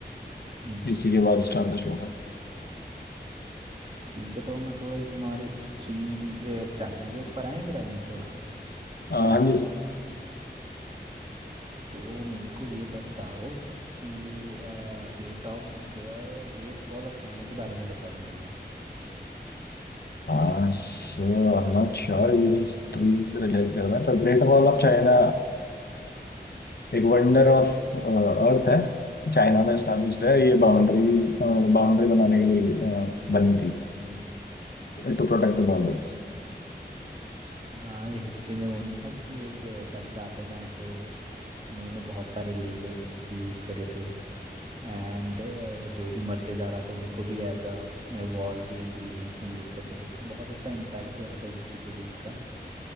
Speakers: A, on the right (about 35°); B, on the left (about 65°).
A: हम्म
B: इसी के बाद स्टार्निश होगा
A: ठीक है तो मैं थोड़ा ही तुम्हारी हिस्ट्री चाइना के ऊपर आए फिर हम थोड़ा
B: अह,
A: क्या कहते
B: हाँ
A: हो
B: जी
A: तो मेरे को ये बताओ कि ग्रेट ऑफ ग्रेट वॉल ऑफ चाइना के बारे में बता दो मेरे को थोड़ा
B: हाँ so I am not sure ये हिस्ट्री से रिलेट कर रहा है पर ग्रेट वॉल ऑफ चाइना एक वंडर ऑफ अर्थ है चाइना में स्टैब्लिश्ड है ये बाउंड्री बाउंड्री बनाने के लिए अह, बनी थी टू प्रोटेक्ट द बॉर्डर्स
A: हाँ ये हिस्ट्री में वो नहीं था कि एक चैप्टर आता है जहाँ पे इन्होंने बहुत सारे लेबर्स यूज़ करे थे एंड जो भी मरते जा रहा था उनको भी एज अ वॉल के इंग्रेडिएंट्स में यूज़ करते थे तो बहुत अच्छा इम्पैक्ट हुआ था हिस्ट्री पे भी इसका